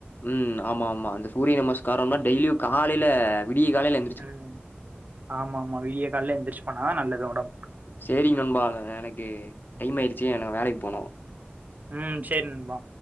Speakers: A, on the left; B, on the right.
A: ம் ஆமாமா இந்த சூரிய நமஸ்காரோன்னா டெய்லியு காலைல விடிய காலைல எந்
B: ம் ஆமாமா விடிய கால்ல எந்திரிச்சு பண்ணாதா நல்லது ஒடம்புக்கு.
A: சேரிங் நண்பா ந ந எனக்கு டைம் ஆயிடுச்சு எனக் வேலைக் போணு.
B: ம் சேரி நண்பா.